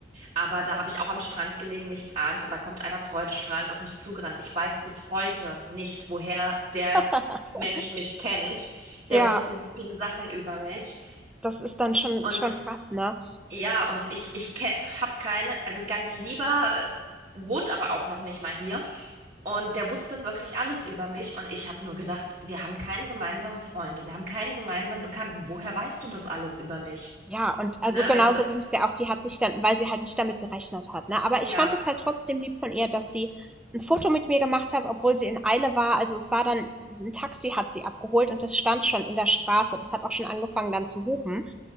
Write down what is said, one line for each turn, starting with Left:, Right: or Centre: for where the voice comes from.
Right: aber da habe ich auch am Strand gelegen, nichts ahnt und da kommt einer freudestrahlend auf mich zugerannt. Ich weiß bis heute nicht, woher der
Centre: <laughs>
Right: Mensch mich kennt.
Centre: ja,
Right: Der wusste so viele Sachen über mich
Centre: das ist dann schon,
Right: und
Centre: schon krass, ne?
Right: ja, und ich, ich habe keine, also ein ganz lieber, äh, wohnt aber auch noch nicht mal hier. Und der wusste wirklich alles über mich. Und ich habe nur gedacht, wir haben keine gemeinsamen Freunde, wir haben keine gemeinsamen Bekannten. Woher weißt du das alles über mich?
Centre: Ja, und also
Right: Ne?
Centre: genauso
Right: Also, da-
Centre: ging es ja auch. Die hat sich dann weil sie halt nicht damit gerechnet hat, ne? Aber
Right: ja,
Centre: ich fand es halt trotzdem lieb von ihr, dass sie ein Foto mit mir gemacht hat, obwohl sie in Eile war. Also, es war dann ein Taxi hat sie abgeholt und das stand schon in der Straße. Das hat auch schon angefangen dann zu hupen.